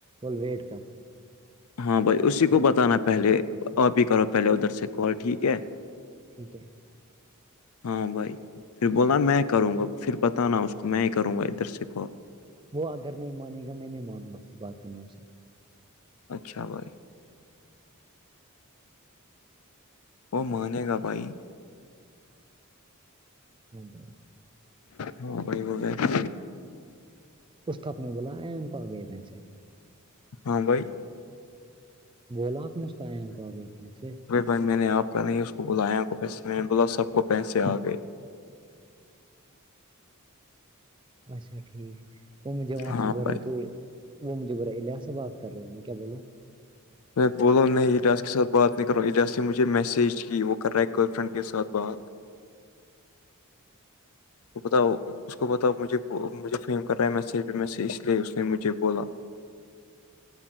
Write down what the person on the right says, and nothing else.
ویٹ کر
ٹھیک ہے
وہ اگر نہیں مانے گا میں نہیں مانوں گا پھر بات کرنا اسے
ہاں بھائی
استاپنے بوللا ایم کو آگے پہسے
بولا آپ نے اس کا آیام کہو گے کیسے
اچھا ٹھیک وہ مجھے وہاں
سے بول
رہا ہے تو وہ مجھے بول رہا الیاس سے بات کرو میں کیا بولوں